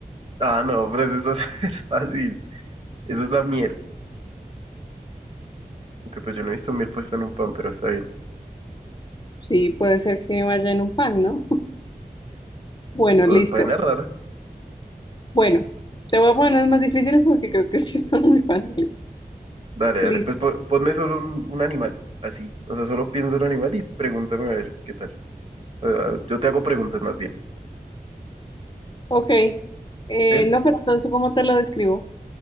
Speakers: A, on the right; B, on the left.
A: Ah, no, pero eso está <laughs> fácil. Eso es la miel. Aunque pues yo no he visto miel puesta en un pan, pero está bien.
B: Sí, puede ser que vaya en un pan, ¿no? <laughs> Bueno,
A: Co-
B: listo.
A: Vaina rara.
B: Bueno, te voy a poner unas más difíciles porque creo que sí están muy fáciles.
A: Dale, dale.
B: Listo.
A: Pues po- ponme solo un, un animal. Así. O sea, solo pienso en un animal y pregúntame a ver qué tal. Ah, ah, yo te hago preguntas más bien.
B: Ok. Eh,
A: ¿sí?
B: no, pero entonces, ¿cómo te lo describo?